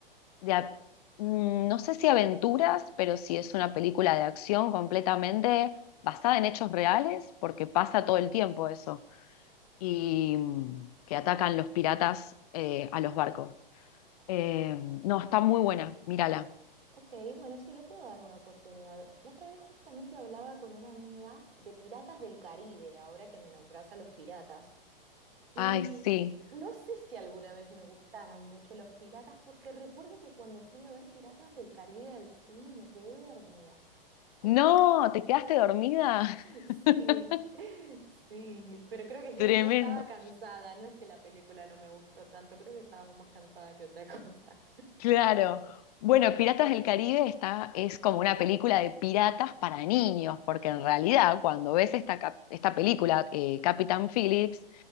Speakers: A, on the left; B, on the right.
A: de, a- mm, no sé si aventuras, pero sí es una película de acción completamente basada en hechos reales, porque pasa todo el tiempo eso. y mm, que atacan
B: Claro,
A: los piratas eh, a los barcos. Eh,
B: mira.
A: no, está muy buena, mírala.
B: Ok, bueno, sí, le puedo dar una oportunidad. La otra vez justamente hablaba con una amiga de Piratas del Caribe, ahora que me nombras a los piratas, y
A: Ay, sí.
B: no sé si alguna vez me gustaron mucho los piratas, porque recuerdo que cuando fui a ver Piratas del Caribe al cine me quedé dormida. Como
A: No,
B: que me
A: ¿te quedaste dormida?
B: Sí,
A: <laughs>
B: sí, pero creo que ese
A: Tremendo.
B: día estaba cansada, no es que la película no me gustó tanto, creo que estaba más cansada que otra <laughs> cosa.
A: Claro. Bueno, Piratas del Caribe está, es como una película de piratas para niños, porque en realidad cuando ves esta, cap- esta película, eh, Capitán Phillips,